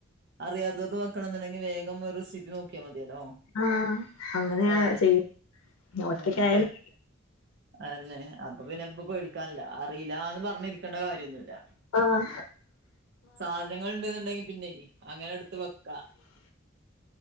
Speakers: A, on the right (about 50°); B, on the left (about 85°).
A: അറിയാത്തതക്കെ വെക്കണം ന്നുണ്ടെങ്കിൽ വേഗം ഒരു റെസിപ്പി നോക്കി ക്കിയാ മതില്ലോ
B: ആഹ് അങ്ങനെയാ
A: അതെ
B: ചെയ്യ ഒറ്റക്കായാലും
A: ആഹ് ആഹ് അന്നെ അപ്പൊ പിന്നെപ്പേടിക്ക ക്കാൻല്ല അറീല്ലാന്ന് പർഞ്ഞിരിക്കേണ്ട കാര്യൊന്നുല്ല
B: അഹ്
A: സാധനങ്ങൾണ്ടെന്നുണ്ടെങ്കി പിന്നെയ് അങ്ങനെട്ത്ത് വെക്കാ